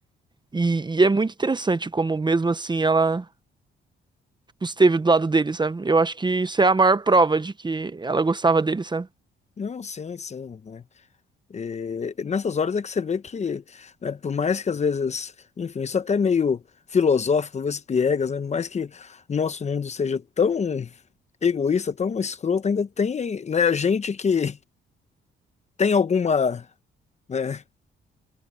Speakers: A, on the right; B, on the left.
A: E, e é muito interessante como, mesmo assim, ela. esteve do lado dele, sabe? Eu acho que isso é a maior prova de que ela gostava dele, sabe?
B: Não, sim, sim, né? E nessas horas é que você vê que, né, por mais que às vezes, enfim, isso até é meio filosófico, talvez piegas, né? Por mais que o nosso mundo seja tão egoísta, tão escroto, ainda tem, né, gente que tem alguma, né?